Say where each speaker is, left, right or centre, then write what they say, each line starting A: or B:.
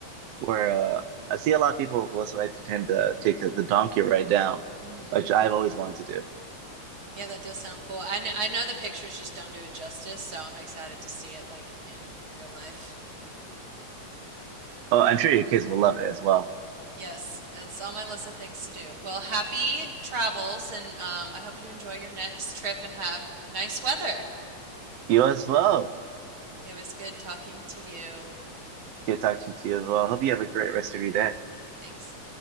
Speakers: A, on the right; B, on the right.
A: Where uh, I see a lot of people who also like to tend to take the donkey ride down,
B: Mm,
A: which I've always wanted to do.
B: yeah, that does sound cool. I know, I know the pictures just don't do it justice, so I'm excited to see it like in real life.
A: Oh, I'm sure your kids will love it as well.
B: Yes, that's on my list of things to do. Well, happy travels, and um, I hope you enjoy your next trip and have nice weather.
A: You as well.
B: It was good talking to you.
A: It's good talking to you as well. Hope you have a great rest of your day.
B: Thanks.